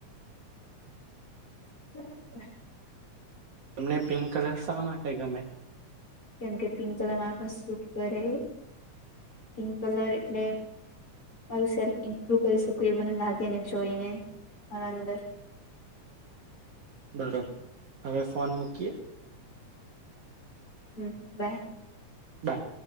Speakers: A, on the left; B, on the right.
A: હ
B: તમને પિંક કલર શા માટે ગમે
A: કેમ કે પિંક કલર મારા પા સૂટ કરે પિંક કલર એટલે મારું સેલ્ફ ઇમ્પ્રુવ કરી શકું એ મને લાગેને જોઈને મારા અંદર <inaudible>
B: બરોબર હવે ફોન મૂકીએ
A: હમ બાય
B: બાય